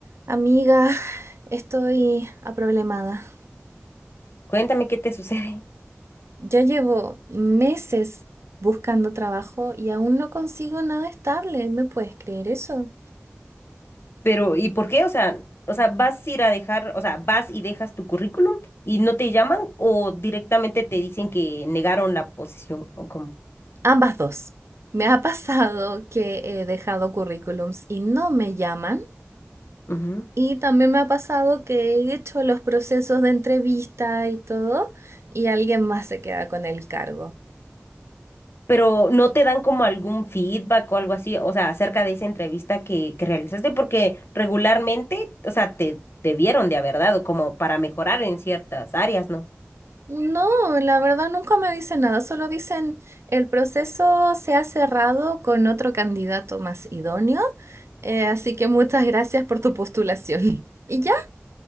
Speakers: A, on the right; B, on the left.
A: Amiga, estoy aproblemada.
B: Cuéntame qué te sucede.
A: Ya llevo meses buscando trabajo y aún no consigo nada estable. ¿Me puedes creer eso?
B: <laughs> Pero, ¿y por qué? O sea, o sea, vas a ir a dejar, o sea, vas y dejas tu currículum y no te llaman o directamente te dicen que negaron la posición o cómo.
A: Ambas dos. Me ha pasado que he dejado currículums y no me llaman.
B: Ujú.
A: Y también me ha pasado que he hecho los procesos de entrevista y todo, y alguien más se queda con el cargo.
B: Pero no te dan como algún feedback o algo así, o sea, acerca de esa entrevista que, que realizaste, porque regularmente, o sea, te debieron de haber dado como para mejorar en ciertas áreas, ¿no?
A: No, la verdad nunca me dicen nada, solo dicen el proceso se ha cerrado con otro candidato más idóneo, eh, así que muchas gracias por tu postulación. <laughs> ¿Y ya?